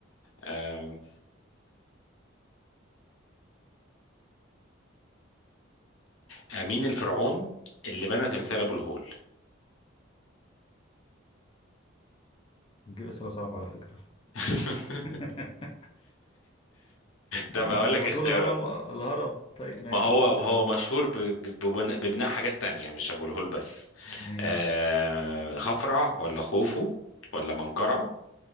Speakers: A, on the left; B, on the left.
A: آه آه، مين الفرعون اللي بنى تمثال ابو الهول
B: بتجيب أسئلة صعبة على فكرة
A: <laughs>
B: <laughs> يعني
A: طب هقول
B: طب
A: لك
B: ما
A: اختيارات
B: تقول هرم الهرم طيب ماشي
A: ما هو
B: قول اختيارات
A: هو مشهور ب- ب- ببناء ببناء حاجات تانية مش ابو الهول بس
B: ماشي
A: آه خفرع ولا خوفو ولا منقرع